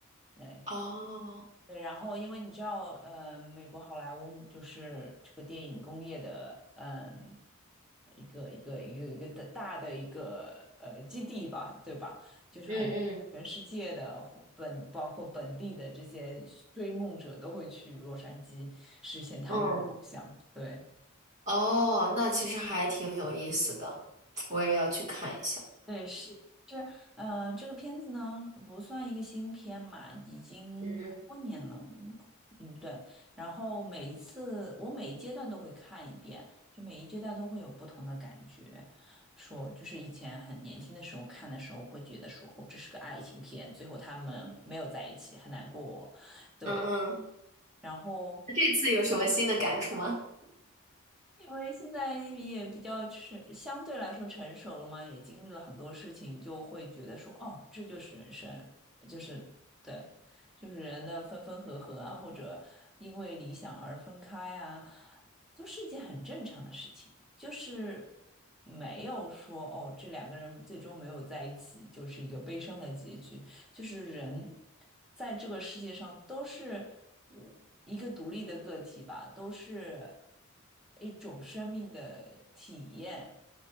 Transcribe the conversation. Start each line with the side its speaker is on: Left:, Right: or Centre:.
Centre: 对。
Right: 哦，
Centre: 对，然后因为你知道，呃，美国好莱坞就是这个电影工业的，嗯、一个一个一个一个的大的一个呃基地吧，对吧？就是很多全世界的或本，
Right: 嗯嗯
Centre: 包括本地的这些追梦者都会去洛杉矶实现他们的梦想。
Right: 嗯。
Centre: 对，
Right: 哦，那其实还挺有意思的，我也要去看一下。
Centre: 对，是是，嗯呃，这个片子呢不算一个新片嘛，已经蛮多年了，
Right: 嗯
Centre: 嗯嗯，对。然后每一次我每一阶段都会看一遍，就每一阶段都会有不同的感觉。说就是以前很年轻的时候看的时候会觉得说，哦，这是个爱情片，最后他们没有在一起，很难过，对。
Right: 嗯，嗯嗯，
Centre: 然后
Right: 这次有什么新的感触吗？
Centre: 因为现在也比较成，相对来说成熟了嘛，也经历了很多事情，就会觉得说，哦，这就是人生，就是对，就是人的分分合合啊，或者因为理想而分开啊，都是一件很正常的事情，就是没有说，哦，这两个人最终没有在一起，就是一个悲伤的结局。就是人在这个世界上都是嗯一个独立的个体吧，都是一种生命的体验，